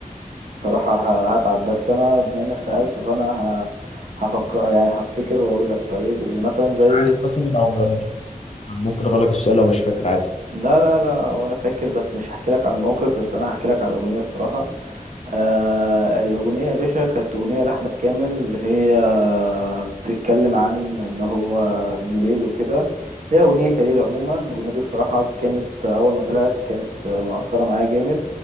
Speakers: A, on the right; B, on the left.
A: بصراحة ه- هتعب بس انا بما انك سألت فانا ه... هفكر يعني هفتكر واقول لك طيب اللي مثلا زي
B: مش عارف مثلا لو لو مش فاكر ممكن اغلق السؤال لو مش فاكر عادي
A: لا لا لا وانا فاكر بس مش هحكي لك عن الموقف بس انا هحكي لك على الاغنية الصراحة آه الأغنية يا باشا كانت أغنية لأحمد كامل هي بتتكلم عن إن هو ابن ليل وكده دي أغنية يا ليل عموما الأغنية دي الصراحة كانت أول ما طلعت كانت مأثرة معايا جامد